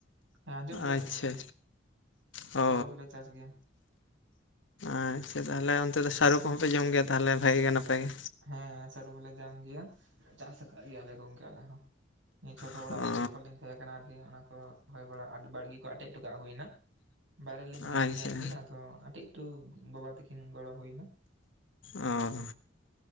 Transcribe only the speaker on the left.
ᱟᱪᱪᱷᱟ
ᱚ
ᱟᱸᱪᱪᱷᱟ ᱛᱟᱦᱚᱞᱮ ᱚᱱᱛᱮ ᱫᱚ ᱥᱟᱹᱨᱩ ᱠᱚᱦᱚᱸ ᱯᱮ ᱡᱚᱢ ᱜᱮᱭᱟ ᱛᱟᱦᱚᱞᱮ ᱵᱷᱟᱜᱮ ᱜᱮ ᱱᱟᱯᱟᱭ ᱜᱮ᱾
ᱜᱮ
ᱚ
ᱟᱪᱪᱷᱟ
ᱚᱸᱻ᱾